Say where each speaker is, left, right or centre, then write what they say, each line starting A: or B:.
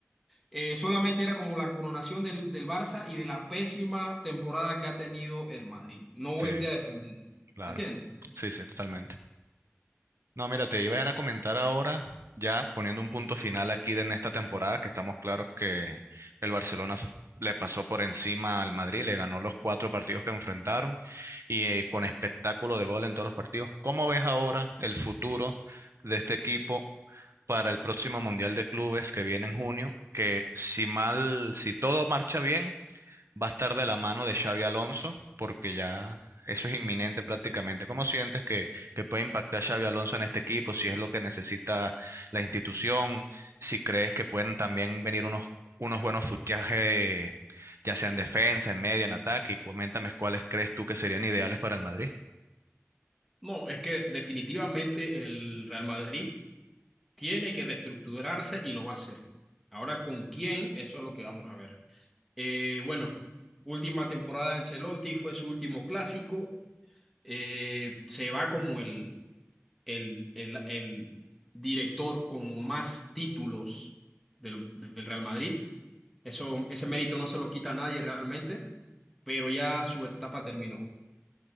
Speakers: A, in the centre; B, on the right.
A: Eh, solamente era como la coronación del, del Barça y de la pésima temporada que ha tenido el Madrid. No
B: Sí,
A: voy a defenderlo.
B: claro.
A: ¿Me entiendes?
B: Sí, sí, totalmente. No, mira, te iba a ir a comentar ahora, ya poniendo un punto final aquí de en esta temporada, que estamos claros que el Barcelona f- le pasó por encima al Madrid, le ganó los cuatro partidos que enfrentaron y eh, con espectáculo de gol en todos los partidos. ¿Cómo ves ahora el futuro de este equipo? para el próximo Mundial de Clubes que viene en junio, que si mal, si todo marcha bien, va a estar de la mano de Xavi Alonso, porque ya eso es inminente prácticamente. ¿Cómo sientes que, que puede impactar Xavi Alonso en este equipo? Si es lo que necesita la institución, si crees que pueden también venir unos, unos buenos fichajes, ya sea en defensa, en medio, en ataque, y coméntame cuáles crees tú que serían ideales para el Madrid.
A: No, es que definitivamente el Real Madrid tiene que reestructurarse y lo va a hacer. Ahora, ¿con quién? Eso es lo que vamos a ver. Eh, bueno, última temporada de Ancelotti, fue su último clásico. Eh, se va como el, el, el, el director con más títulos del, del Real Madrid Eso, ese mérito no se lo quita a nadie realmente, pero ya su etapa terminó.